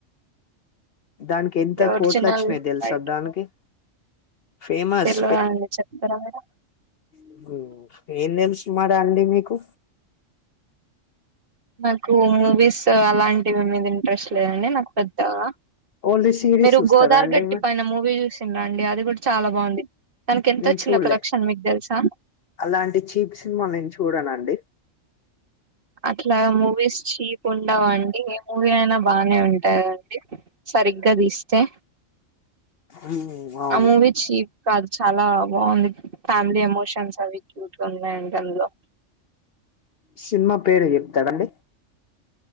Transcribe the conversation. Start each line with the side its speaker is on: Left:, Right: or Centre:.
Left: దానికి
Right: అంటే
Left: ఎంత
Right: ఒరిజినల్
Left: కోట్లు వచ్చినాయ్ దెలుసా
Right: రైట్
Left: దానికి ఫేమస్
Right: తెల్వదండి చెప్తారా మీరు
Left: మీకు ఏమ్ దెలుసు మరా అండి మీకు
Right: నాకు మూవీస్ అలాంటివి మీద ఇంట్రెస్ట్ లేదండి నాకు పెద్దగా
Left: ఓన్లీ సిరీస్
Right: మీరు
Left: చూస్తారా
Right: గోదారి
Left: అండి
Right: గట్టి పైన మూవీ చూసిండ్రా అండి అది గూడా చాలా బాంది తనకి ఎంతొచ్చిందో
Left: నేను చూడలే
Right: కలెక్షన్ మీకు దెల్సా
Left: అలాంటి చీప్ సినిమా నేను చూడనండి
Right: అట్లా మూవీస్ చీప్ ఉండవండి ఏ మూవీ అయినా బానే ఉంటాయ్ గదండి సరిగ్గా దీస్తే
Left: ఉమ్, అవును
Right: ఆ మూవీ చీఫ్ కాదు చాలా బాంది ఫ్యామిలీ ఎమోషన్స్ అవి క్యూట్ గా వున్నాయండి అందులో
Left: షినిమా పేరు జెప్తారండి